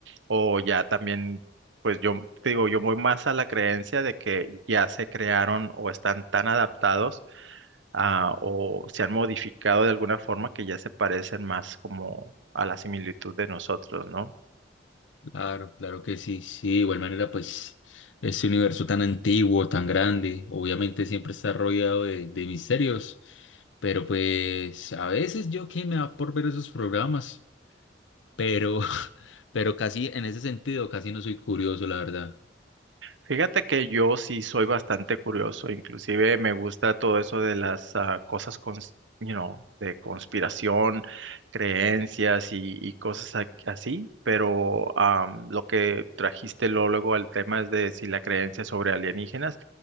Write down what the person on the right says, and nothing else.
o ya también, pues yo te digo, yo voy más a la creencia de que ya se crearon o están tan adaptados a, o se han modificado de alguna forma que ya se parecen más como a la similitud de nosotros, ¿no?
Fíjate que yo sí soy bastante curioso, inclusive me gusta todo eso de las ah, cosas cons- you know, de conspiración, creencias y, y cosas ac- así, pero am, lo que trajiste lo- luego al tema es de si la creencia sobre alienígenas